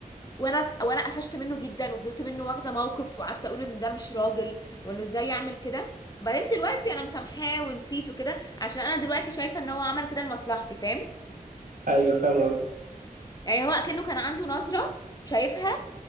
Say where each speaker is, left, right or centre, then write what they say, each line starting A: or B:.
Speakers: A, on the left; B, on the right.
A: وانا وانا قفشت منه جدا وفضلت منه واخدة موقف وقعدت اقول ان ده مش راجل وانه ازاي يعمل كده بعدين دلوقتي انا مسامحاه ونسيت وكده عشان انا دلوقتي شايفة ان هو عمل كده لمصلحتي فاهم
B: ايوه فاهم قصدك
A: يعني هو كأنه كان عنده نظرة شايفها